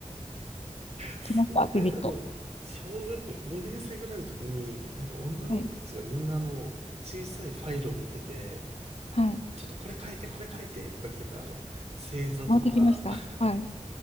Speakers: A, on the right; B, on the left.
A: それあの、
B: 来ましたビビッと。
A: 小学校5年生ぐらいの時に、なんか女の子たちがみんなあの、
B: はい。
A: 小さいファイルを持ってて、
B: はい。
A: ちょっとこれ書いて、これ書いて、とかってなんかあの、星座とか
B: 回ってきましたはい。
A: <laughs>、